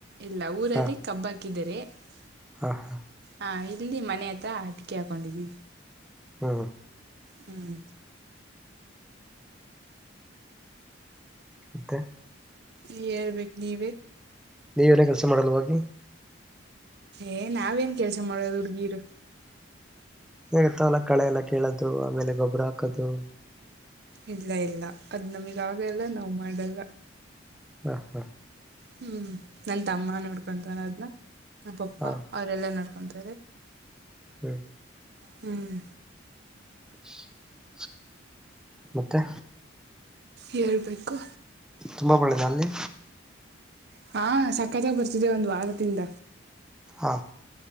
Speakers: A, on the right; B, in the centre.
A: ಇಲ್ಲ ಊರಲ್ಲಿ
B: ಹಾ
A: ಕಬ್ಬ ಹಾ <unintelligible> ಕಿದರೆ <unintelligible>
B: ಹಾ <unintelligible>
A: ಹಾ ಇಲ್ಲಿ ಮನೆ ಹತ್ರ ಅಡಿಕೆ ಹಾಕೊಂಡಿದ್ವಿ.
B: ಹ್ಮ
A: ಹ್ಮ
B: ಮತ್ತೆ <inaudible>
A: ಹೇಳ್ಬೇಕ್ ನೀವೇ.
B: ನೀವ ಏನೇ ಕೆಲ್ಸ ಮಾಡಲ್ವಾ ಹೋಗಿ?
A: ಏ ನಾವೇನ್ ಕೆಲ್ಸ ಮಾಡೋದು ಹುಡ್ಗೀರು.
B: ಹೇ ಇರ್ತಾವಲ್ಲ ಕಳೆ ಎಲ್ಲ ಕಿಳೋದು ಆಮೇಲೆ ಗೊಬ್ಬರ ಹಾಕದು,
A: ಇಲ್ಲ ಇಲ್ಲ ಅದ್ ನಮಿಗ್ ಆಗಲ್ಲ ನಾವ್ ಮಾಡಲ್ಲ.
B: ಹ ಹ
A: ಹ್ಮ್ ನನ್ ತಮ್ಮ ನೋಡ್ಕೊಂತಾನ ಅದ್ನ. ನಮ್ ಪಪ್ಪ
B: ಹ
A: ಅವರೆಲ್ಲಾ ನಡ್ಕೊಂತ ನೆರಿ
B: ಹ್ಮ್
A: ಹ್ಮ್
B: <inaudible> ಮತ್ತೆ
A: ಹೇಳ್ಬೇಕು.
B: ತುಂಬಾ ಮಳೆ ನಾ ಅಲ್ಲಿ?
A: ಹಾ ಸಕ್ಕತಾಗ್ ಬರ್ತಿದೆ ಒಂದ್ ವಾರದಿಂದ.
B: ಹ